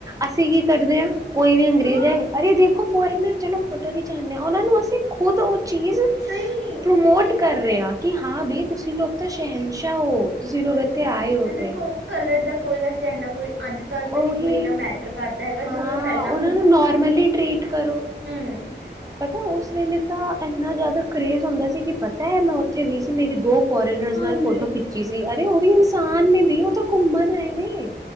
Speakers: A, on the right; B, on the right.
A: ਅਸੀਂ ਕੀ ਕਰਦੇ ਹਾਂ ਕੋਈ ਵੀ ਅੰਗਰੇਜ਼
B: ਹਾਂ
A: ਆਏ ਅਰੇ ਦੇਖੋ ਫੋਰਨਰ ਚਲੋ ਫੋਟੋ ਖਿਚਾਂਦੇ ਹਾਂ ਉਹਨਾਂ ਨੂੰ ਅਸੀਂ ਖੁਦ ਚੀਜ਼
B: ਸਹੀ
A: ਪ੍ਰਮੋਟ
B: ਸਹੀ
A: ਕਰ
B: ਗੱਲ ਹੈ
A: ਰਿਹਾ ਕਿ ਹਾਂ ਬੲ ਤੁਸੀਂ ਲੋਕ ਤਾਂ ਸ਼ਹਿਨਸ਼ਾਹ ਹੋ। ਤੁਸੀਂ ਲੋਕ
B: ਬਿਲਕੁਲ,
A: ਇੱਥੇ ਆਏ ਹੋ
B: ਇਹ ਦੇਖੋ
A: ਤੇ
B: ਕਲਰ ਦਾ ਕੋਈ ਵੈਸੇ ਇਨਾ ਕੋਈ ਅੱਜ ਕੱਲ੍ਹ ਤਾਂ
A: ਉਹੀ
B: ਨੀ ਕੋਈ ਇੰਨਾ ਮੈਟਰ ਕਰਦਾ ਹੈਗਾ
A: ਹਾਂ,
B: ਚਲੋ ਇਹ ਪਹਿਲਾਂ
A: ਉਹਨਾਂ ਨੂੰ ਨੋਰਮਲੀ ਟਰੀਟ ਕਰੋ।
B: ਹੁੰ।
A: ਪਤਾ ਉਸ ਵੇਲੇ ਤਾਂ ਇੰਨਾ ਜ਼ਿਆਦਾ ਕਰੇਜ਼ ਹੁੰਦਾ ਸੀ ਕਿ ਪਤਾ ਹੈ ਮੈਂ ਉੱਥੇ ਗਈ ਸੀ ਮੇਰੀ ਦੋ ਫੋਰਨਰ
B: ਹਾਂਜੀ
A: ਨਾਲ ਫੋਟੋ ਖਿੱਚੀ ਸੀ ਅਰੇ ਉਹ ਵੀ ਇਨਸਾਨ ਨੇ ਵੀ ਤਾਂ ਘੁੰਮਣ ਹੈ ਨੇ ਘੁੰਮਣ